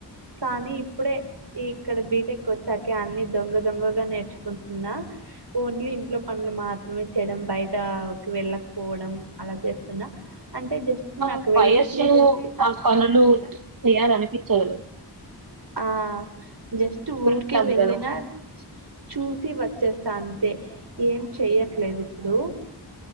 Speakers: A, on the right; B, on the right.
A: కానీ ఇప్పుడే ఈ ఇక్కడ బీటెక్ వచ్చాకే అన్ని దొంగ దొంగగా నేర్చుకుంటున్నా, ఓన్లీ ఇంట్లో పనులు మాత్రమే చేయడం బయటకి వెళ్ళకపోవడం అలా చేస్తున్నా. అంటే జస్ట్
B: ఆ
A: నాకు
B: వయస్సు
A: వెళ్ళి చూసేసి
B: ఆ పనులు చేయాలని పిచ్చాదు.
A: ఆ జస్ట్ ఊరికే
B: ఉంటాం
A: వెళ్ళిన
B: కదా
A: చూసి వ వచ్చేస్తా అంతే ఏం చెయ్యట్లేదు ఇప్పుడు